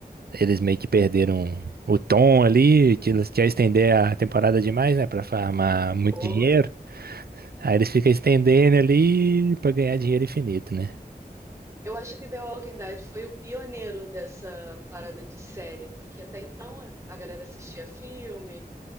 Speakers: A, on the right (about 75°); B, on the right (about 15°).
A: eles meio que perderam o tom ali, que eles querem estender a temporada demais, né? Pra farmar muito
B: Pô.
A: dinheiro. Aí eles ficam estendendo ali pra ganhar dinheiro infinito, né?
B: Eu acho que The Walking Dead foi o pioneiro dessa parada de série, porque até então a galera assistia filme,